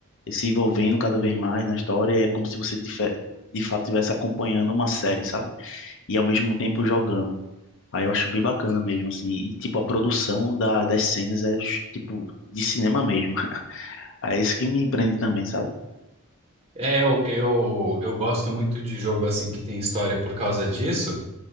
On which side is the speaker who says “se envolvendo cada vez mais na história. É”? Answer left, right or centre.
Left